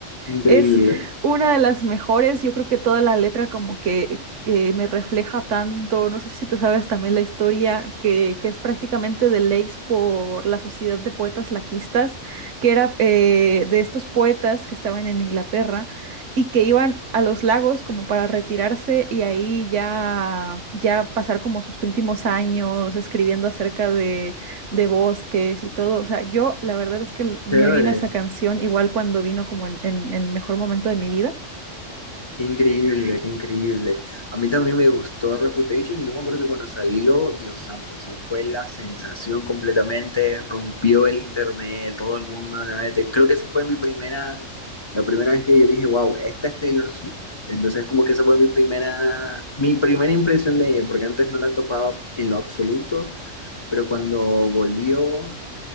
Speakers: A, on the left; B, on the right.
A: Increíble.
B: Es una de las mejores, yo creo que toda la letra como que, que me refleja tanto, no sé si te sabes también la historia, que, que es prácticamente de Lakes por la Sociedad de Poetas Laquistas, que era eh, de estos poetas que estaban en Inglaterra y que iban a los lagos como para retirarse y ahí ya, ya pasar como sus últimos años escribiendo acerca de bosques y todo. O sea, yo la verdad es que l- me
A: Chévere.
B: vino esa canción igual cuando vino como en, en- en el mejor momento de mi vida.
A: Qué increíble, qué increíble. A mí también me gustó Reputation. Yo me acuerdo que cuando salió, Dios santo, o sea, fue la sensación completamente, rompió el internet, todo el mundo hablaba de Taylor. Creo que esa fue mi primera, la primera vez que yo dije, wow, esta es Taylor Swift. Entonces, como que esa fue mi primera, mi primera impresión de ella, porque antes no la topaba en lo absoluto, pero cuando volvió